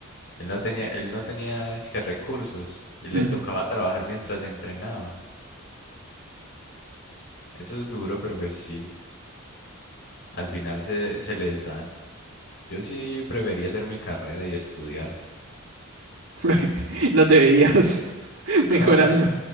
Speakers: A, on the left (about 60°); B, on the right (about 85°).
A: él no tenía, él no tenía es que recursos y le
B: Hmm.
A: tocaba trabajar mientras entrenaba. Eso es duro, pero pues sí, al final se, se les dan. Yo sí prefería hacer mi carrera y estudiar.
B: <laughs> No te veías <laughs> mejorando.
A: No,